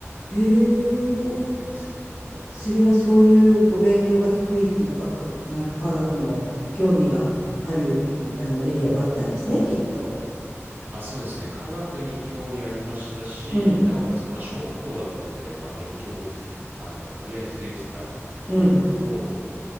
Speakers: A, on the left; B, on the right.
A: へ
B: 高6年生の時。
A: え。それはそういうお勉強が得意っていうか、か、なんか科学の興味がある、あの、エリアがあったんですね、きっと。
B: あ、そうですね。科学に興味ありましたし、
A: うん、
B: なおかつ、まあ、小学校だったんで、まあ、勉強、あの、とりあえずできたっていうのと、
A: うん、